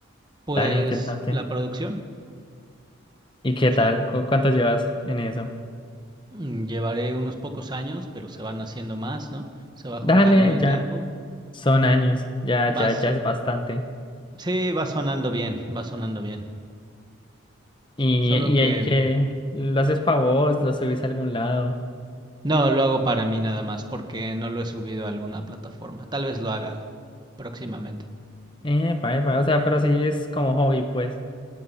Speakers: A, on the right (about 20°); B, on the left (about 25°).
A: pues
B: dale, interesante.
A: la producción,
B: ¿Y qué
A: sí.
B: tal? ¿Cu- ¿Cuánto llevas en eso?
A: Mm, Llevaré unos pocos años, pero se van haciendo más, ¿no? Se va
B: Dale,
A: juntando el
B: ya.
A: tiempo.
B: Son años, ya,
A: Vas,
B: ya, ya es bastante.
A: sí, va sonando bien, va sonando bien.
B: Y,
A: Solo
B: y
A: que
B: hay que, los haces para vos, los subís a algún lado.
A: no lo hago para mí nada más, porque no lo he subido a alguna plataforma. Tal vez lo haga próximamente.
B: Eh, para, o sea, pero sí es como hobby, pues.